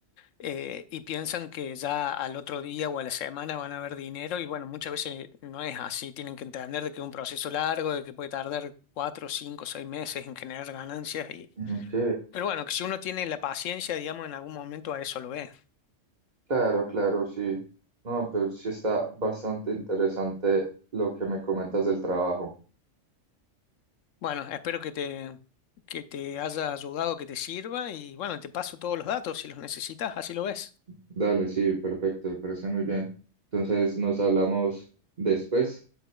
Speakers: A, on the left; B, on the right.
A: Eh, y piensan que ya al otro día o a la semana van a ver dinero y bueno, muchas veces no es así, tienen que entender de que es un proceso largo, de que puede tardar cuatro, cinco, seis meses en generar ganancias. Y...
B: Ujú. Ok,
A: Pero bueno, que si uno tiene la paciencia, digamos, en algún momento a eso lo ve.
B: claro, claro, sí. No, pero sí está bastante interesante lo que me comentas del trabajo.
A: Bueno, espero que te, que te haya ayudado, que te sirva y bueno, te paso todos los datos si los necesitas, así lo ves.
B: Dale, sí, perfecto, me parece muy bien. Entonces nos hablamos después.